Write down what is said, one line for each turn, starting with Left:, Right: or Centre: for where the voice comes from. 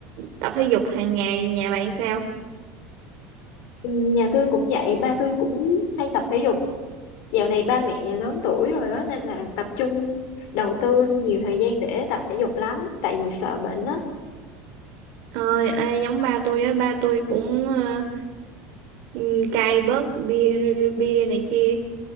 Right: tập thể dục hàng ngày, nhà bạn sao?
Left: Ừ, nhà tôi cũng vậy ba tôi cũng hay tập thể dục dạo này ba mẹ lớn tuổi rồi đó nên là tập trung đầu tư nhiều thời gian để tập thể dục lắm tại vì sợ bệnh á
Right: Ơi, ê, giống ba tôi á, ba tôi cũng ờ, ừm, cai bớt bia bia này kia,